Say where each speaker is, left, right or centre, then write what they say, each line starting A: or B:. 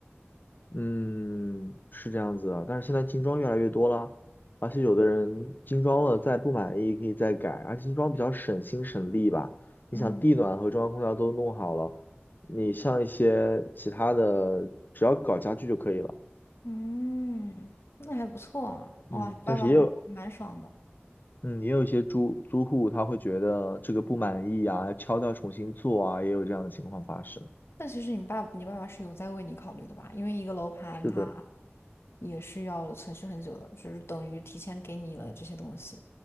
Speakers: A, on the left (about 45°); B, on the left (about 65°).
A: 嗯，是这样子啊，但是现在精装越来越多了，而且有的人精装了再不满意可以再改，而且精装比较省心省力吧。你想地暖和中央空调都弄好了，
B: 嗯
A: 你像一些其他的，只要搞家具就可以了。
B: 嗯，那还不错啊，
A: 嗯，
B: 哇，爸爸这个还蛮爽的。
A: 但是也有，嗯，也有一些租租户他会觉得这个不满意啊，敲掉重新做啊，也有这样的情况发生。
B: 那其实你爸你爸爸是有在为你考虑的吧？因为一个楼盘它
A: 是的，
B: 也是要存续很久的，只是等于提前给你了这些东西，